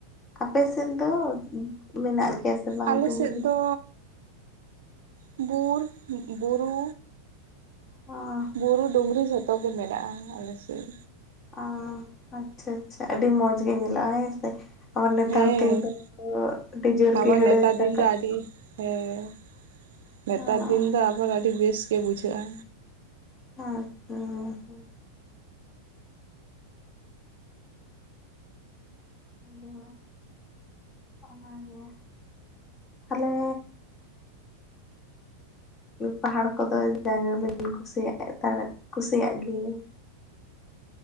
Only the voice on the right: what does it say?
ᱟᱞᱮ
ᱥᱮᱫ ᱫᱚ <unintelligible> ᱵᱩᱨᱩ
ᱵᱩᱨᱩ ᱰᱩᱝᱨᱤ ᱡᱷᱚᱛᱚ ᱜᱮ ᱢᱮᱱᱟᱜᱼᱟ ᱟᱞᱮᱥᱮᱫ
ᱦᱮᱸ
ᱟᱵᱟᱨ
ᱱᱮᱛᱟᱨ
ᱫᱤᱱ ᱫᱚ ᱟᱹᱰᱤ ᱦᱮᱸ
ᱱᱮᱛᱟᱨ ᱫᱤᱱ ᱫᱚ ᱟᱵᱟᱨ ᱟᱹᱰᱤ ᱵᱮᱥ ᱜᱮ ᱵᱩᱡᱷᱟᱹᱜᱼᱟ